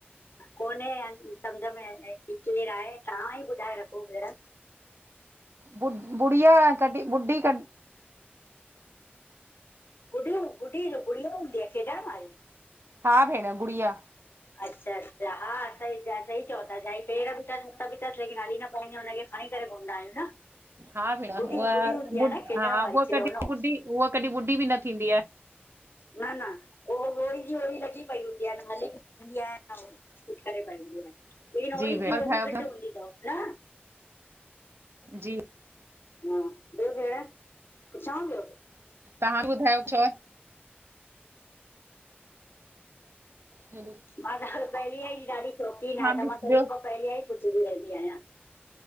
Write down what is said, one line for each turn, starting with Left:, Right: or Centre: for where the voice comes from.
Left: कोन्हे सम्झ में ही, केरु आहे तव्हां ई ॿुधाए रखो भेण।
Right: बु बुड़िया कॾी ॿुड़ी क
Left: गुड़ीयूं गुड़ी जो गुड़िया हूंदीे आए खेॾण वारि?
Right: हा भेण गुड़िया।
Left: अच्छा अच्छा हा सही च सही चओ था जाई पैर बि तसि हथु बि तसि लेकिन हली न पाईंदी आहे हुनखे खाई करे घुमंदा आहियूं न?
Right: हा भेण
Left: गुॾी
Right: उह
Left: गुॾी हूंदी आहे
Right: ॿुड
Left: न खेॾण
Right: हा
Left: वारी
Right: उहा
Left: खिलौनो
Right: कॾि ॿुड़ी हुव कॾि ॿुढी बि न थींदी आ।
Left: न न ओ ओड़ी जी ओड़ी लॻी पई हूंदी आ हाली ईंदी आए त उव कुछ करे पाईंदी आ, लेकिन ओरी
Right: भेण
Left: जी
Right: और ॿुधायो
Left: ओरी
Right: भेण
Left: फिट हूंदी तव न।
Right: जी
Left: हा ॿियो भेण, पुछां ॿियो?
Right: तव्हां ॿुधायो छ ह
Left: मां त पहेलीअ ई जी ॾाढी शौंक़ीन आयां, त
Right: बि
Left: मां सभिन
Right: ॿियो
Left: खां पहेलीअ ई पुछंदी रहंदी आयां।